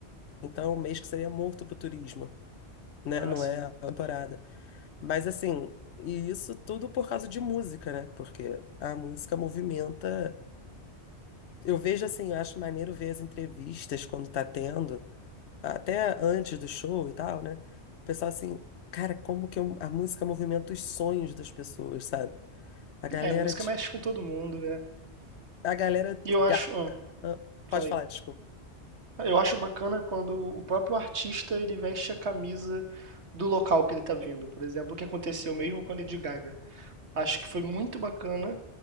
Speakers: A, on the left; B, on the right.
A: Então, é um mês que seria morto pro turismo, né?
B: Ah,
A: Não
B: sim.
A: é a temporada. Mas assim, e isso tudo por causa de música, né? Porque a música movimenta. Eu vejo assim, eu acho maneiro ver as entrevistas quando tá tendo, até antes do show e tal, né? O pessoal assim, cara, como que eu- a música movimenta os sonhos das pessoas, sabe? A galera,
B: É, música
A: tipo,
B: mexe com todo mundo, é.
A: a galera.
B: E eu
A: ga-
B: acho. Ah,
A: Ah, Pode
B: falei.
A: falar, desculpa.
B: Eu acho bacana quando o próprio artista ele veste a camisa do local que ele está vindo. Por exemplo, o que aconteceu mesmo com a Lady Gaga. Acho que foi muito bacana